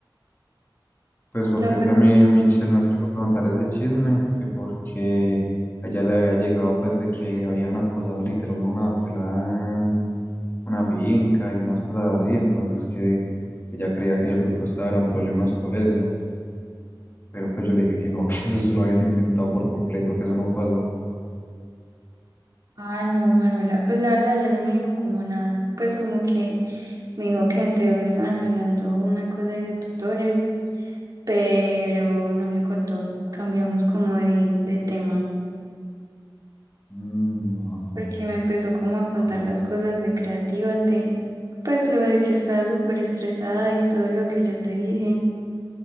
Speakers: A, on the left; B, on the right.
A: Pues porque
B: No, pues.
A: es que a mí Michelle me escribió a preguntar ese chisme, que porque a ella le había llegado pues de que habían acosado literal a una pelada en una finca y unas cosas así, entonces que, que ella creía que el grupo estaba en problemas por eso, pero pues yo le dije que no, <laughs> que eso se lo habían inventado por completo, que eso no pasó.
B: Ah, no, Manuela, pues la verdad ya no me dijo como nada, pues como que me dijo que en TV estaban hablando una cosa ahí de tutores, pero no me contó, cambiamos como de, de tema,
A: Mm, no, no,
B: porque
A: no.
B: me empezó como a contar
A: A mí
B: las cosas de Creatívate, pues lo de que estaba súper estresada y todo lo que yo te dije,